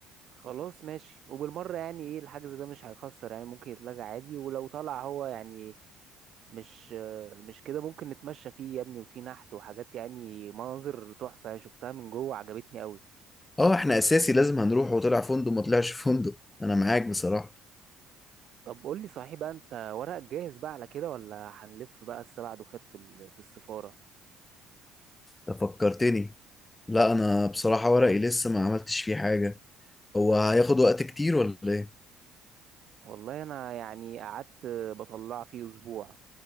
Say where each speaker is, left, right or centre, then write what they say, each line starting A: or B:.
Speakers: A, on the right; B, on the left.
A: خلاص ماشي وبالمرة يعني ايه الحجز ده مش هيخسر يعني ممكن يتلغى عادي ولو طلع هو يعني مش مش كده ممكن نتمشى فيه يا ابني وفيه نحت وحاجات يعني مناظر تحفة شفتها من جوه عجبتني قوي
B: اه احنا اساسي لازم هنروح وطلع فندق ما طلعش فندق انا معاك بصراحة
A: طب قول لي صحيح بقى انت ورقك جاهز بقى على كده ولا هنلف بقى السبع دوخات في ال- في السفارة
B: انت فكرتني لا انا بصراحة ورقي لسه ما عملتش فيه حاجة هو هياخد وقت كتير ولا ايه
A: والله انا يعني قعدت بطلع فيه اسبوع